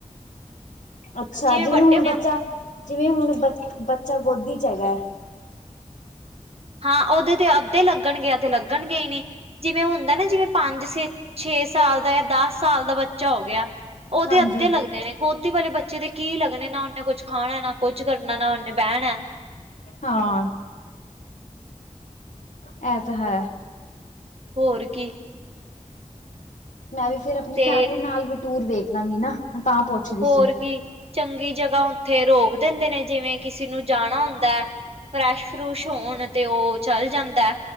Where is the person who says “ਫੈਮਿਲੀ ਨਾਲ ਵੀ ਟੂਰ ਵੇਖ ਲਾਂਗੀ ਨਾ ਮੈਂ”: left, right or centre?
Left